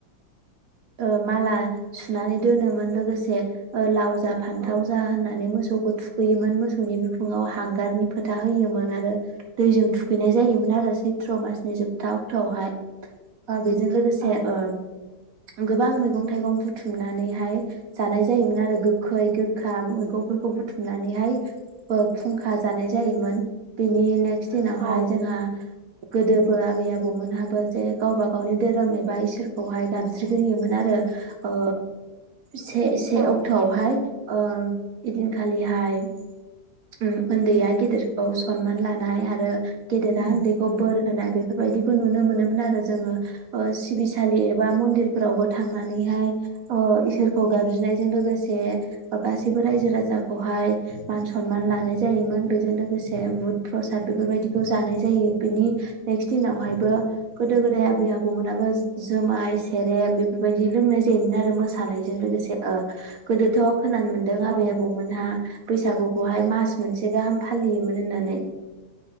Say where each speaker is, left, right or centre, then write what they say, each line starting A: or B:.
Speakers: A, on the right (about 55°); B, on the right (about 75°).
A: ओ माला सुनानै दोनोमोन लोगोसे ओ लावज जा फानथाव
B: औ
A: जा होनना माने मोसौखौ थुखैयोमोन मोसौनि बिखुङाव हांगारनि फोथा होयोमोन आरो दैजों थुखैनाय जायोमोन आरो सैथ्र' मासनि जोबथा अक्ट'आवहाय बेजों लोगोसे
B: औ
A: ओ गोबां मैगं थाइगं बुथुमनानैहाय जानाय जायोमोन आरो गोखै गोखा मैगंफोरखौ बुथुमनानैहाय ओ फुंखा जानाय जायोमोन बेनि ने <unintelligible> दिनावहाय
B: औ
A: जोंहा गोदोबो आबै आबौमोनहाबो जे गावबा गावनि धोरोम एबा इसोरखौहाय गाबज्रिग्रोयोमोन आरो ओ से से
B: औ
A: अक्ट'आवहाय ओ इदिनखालिहाय उम उन्दैया गेदेरखौ सनमान लानाय आरो गेदेरा
B: उम
A: उन्दैखौ
B: उम
A: बोर होनाय बेफ बेबायदिखौ नुनो मोनोमोन आरो जोङो ओ सिबिसालि बा मन्दिरफोरावबो थांनानैहाय ओ इसोरखौ गाबज्रिनायजों लोगोसे गासैबो रायजो राजाखौहाय मान सनमान लानाय जायोमोन बेजों लोगोसे बुध प्रसाद बेफोरबायदिखौ जानाय जायो बिनि नेक्स्ट दिनावहायबो गोदो गोदाय आबै आबौमोनाबो जोब माइ सेरेब बेफोरबायदि लोंनाय जायोमोन आरो मोसानायजों लोगोसे ओ गोदोथ' खोनानो मोनदों
B: औ
A: आबै आबौमोनहा बैसागुखौहाय मास मोनसे गाहाम फालियोमोन होननानै